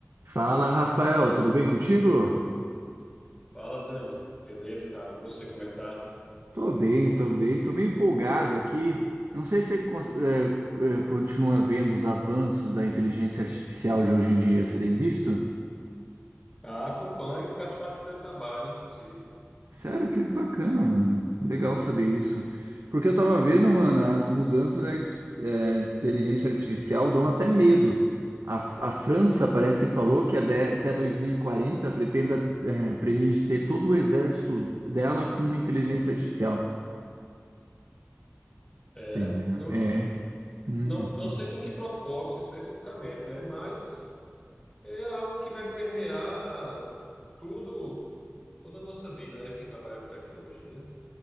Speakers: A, on the right; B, on the left.
A: Fala, Rafael, tudo bem contigo?
B: Fala, Dani. Beleza, cara? E você, como é que tá?
A: Tô bem, tô bem, tô meio empolgado aqui. Não sei se você cons- eh, eh, continua vendo os avanços da inteligência artificial de hoje em dia. Você tem visto?
B: Ah, acompanho, faz parte do meu trabalho, inclusive.
A: Sério, que bacana, mano. Legal saber isso. Porque eu tava vendo, mano, as mudanças da arti- eh, inteligência artificial dão até medo. A, a França parece falou que ade- até 2040 pretenda, eh, pretende ter todo o exército dela com inteligência artificial.
B: É,
A: Entendeu?
B: eu
A: É. Uhum.
B: não, não sei com que propósito especificamente, né? Mas é algo que vai permear tudo, toda a nossa vida, né? Quem trabalha com tecnologia.